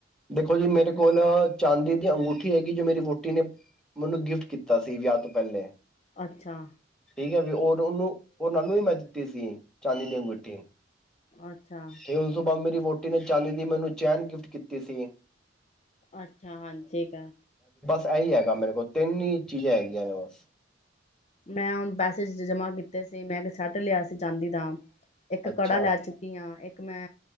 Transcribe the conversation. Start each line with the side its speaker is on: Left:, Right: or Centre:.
Centre: ਦੇਖੋ ਜੀ ਮੇਰੇ ਕੋਲ ਚਾਂਦੀ ਦੀ ਅੰਗੂਠੀ ਹੈਗੀ ਜੋ ਮੇਵੋਟੀ ਟੀ ਨੇ ਮੈਨੂੰ ਗਿਫਟ ਕੀਤਾ ਸੀ ਵਿਆਹ ਤੋਂ ਪਹਿਲੇ
Left: ਅੱਛਾ।
Centre: ਠੀਕ ਹੈ ਵੀ ਰ ਉਹਨੂੰ ਉਹ ਉਹ ਨੂੰ ਵੀ ਮੈਂ ਦਿੱਤੀ ਸੀ ਚਾਂਦਨੀ ਦੀ ਅੰਗੁਠੀ
Left: ਅੱਛਾ
Centre: ਇਹ ਉਸ ਤੋ ਬਾਦ ਮੇਰੀ ਵੋਟ ਆਂਟੀ ਨੇ ਚਾਂਦੀ ਦੀ ਮੈਨੂੰ ਚੈਨ ਗਿਫਟ ਕੀਤੀ ਸੀ
Left: ਅੱਛਾ ਹਾਂਜੀ ਠੀਕ ਹੈ
Centre: ਐਹੀ ਹੈਗਾ ਮੇਰੇ ਕੋਲ ਤਿੰਨ ਹੀ ਚੀਜ਼ਾਂ ਹੈਗੀਆਂ ਨੇ ਬਸ
Left: ਮੈਂ ਹੁਣ ਪੈਸੇ ਜਮਾ ਕੀਤੇ ਸੀ ਮੈਂ ਕਿ ਸੈਟ ਲਿਆ ਸੀ ਜਾਂਦੀ ਦਾ ਇੱਕ
Centre: ਅੱਛਾ
Left: ਕੜਾ ਲੈ ਚੁੱਕੀ ਹਾਂ ਇੱਕ ਮੈਂ